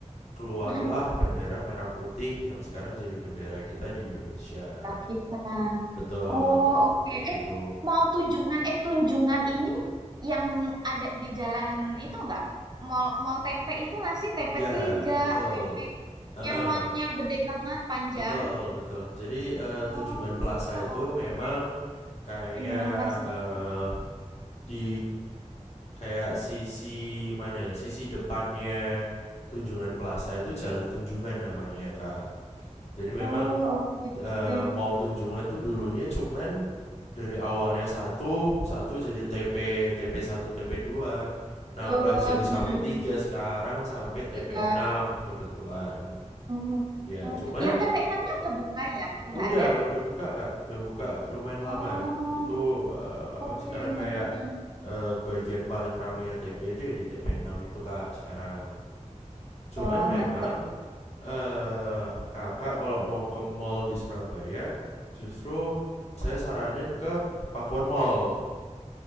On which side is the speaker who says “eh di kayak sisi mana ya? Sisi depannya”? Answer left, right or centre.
Left